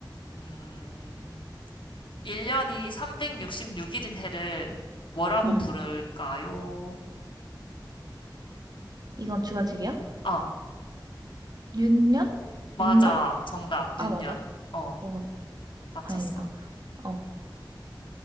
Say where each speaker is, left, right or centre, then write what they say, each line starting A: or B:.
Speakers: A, on the left (about 85°); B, on the right (about 50°).
A: 음, 1년이 366일인 해를 뭐라고
B: 응.
A: 부를까요?
B: 이건 주관식이야?
A: 어,
B: 윤년?
A: 맞아.
B: 윤달?
A: 정답,
B: 아,
A: 윤년.
B: 맞아.
A: 어,
B: 어,
A: 맞췄어.
B: 다행이다. 어.